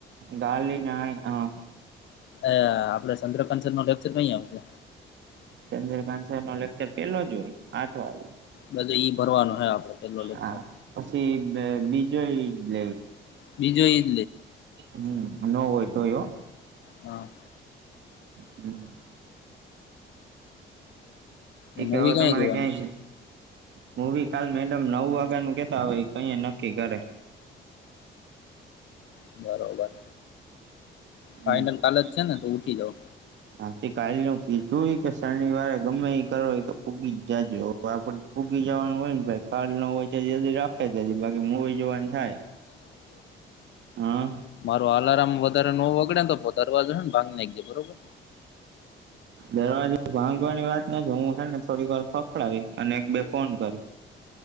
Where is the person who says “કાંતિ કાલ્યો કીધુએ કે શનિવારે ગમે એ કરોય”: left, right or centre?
Right